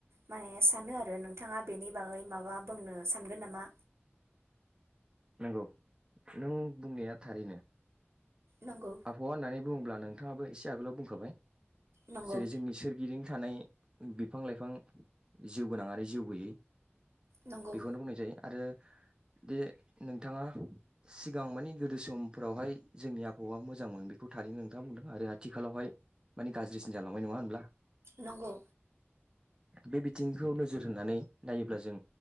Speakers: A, on the right; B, on the right.
A: माने सानो आरो नोंथाङा बेनि बागै माबा बुंनो सानगोन नामा?
B: औ नों बुंनाया थारैनो।
A: नंगौ
B: आबहावा होननानै बुङोब्ला नोंथाङाबो इसे आगोलाव बुंखाबाय।
A: नंगौ
B: जेरै जोंनि सोरगिदिं थानाय बिफां लाइफां जिउ गोनां आरो जिउ गोैयै
A: नंगौ
B: बेखौनो बुंनाय जायो आरो दे। नोंथाङा सिगां मानि गोदो समफोरावहाय जोंनि आबहावा मोजांमोन बेखौ थारैनो नोंथाङा बुंदों आरो आथिखालावहाय मानिे गाज्रिसिन जालांबाय नङा होनबा?
A: नंगौ।
B: बे बिथिंखौ नोजोर होनानै नायोब्ला जों